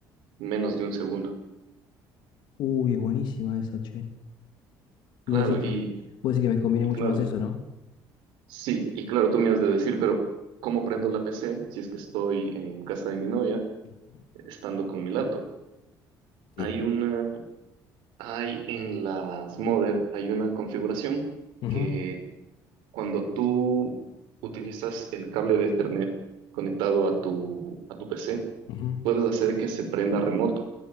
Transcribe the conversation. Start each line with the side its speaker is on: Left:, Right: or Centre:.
Right: menos de un segundo.
Left: uy, es buenísima esa, che.
Right: Claro,
Left: Y vos decís
Right: y
Left: que, vos decís que me conviene
Right: Y
Left: mucho
Right: claro,
Left: más eso, ¿no?
Right: sí, y claro, tú me has de decir, pero ¿cómo prendo la PC si es que estoy en casa de mi novia,
Left: Ujú.
Right: estando con mi laptop?
Left: Sí.
Right: Hay una, hay en las Mother, hay una configuración
Left: Ujú,
Right: que cuando tú utilizas el cable de Ethernet conectado a tu, a tu PC,
Left: ujú,
Right: puedes hacer que se prenda remoto